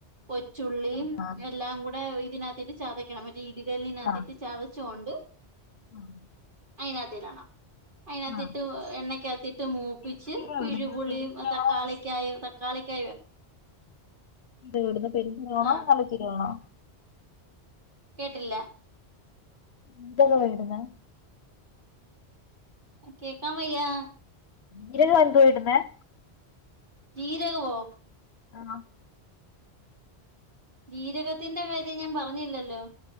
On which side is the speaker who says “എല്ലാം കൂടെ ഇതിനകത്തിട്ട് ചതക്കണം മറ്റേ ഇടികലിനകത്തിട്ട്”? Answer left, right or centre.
Right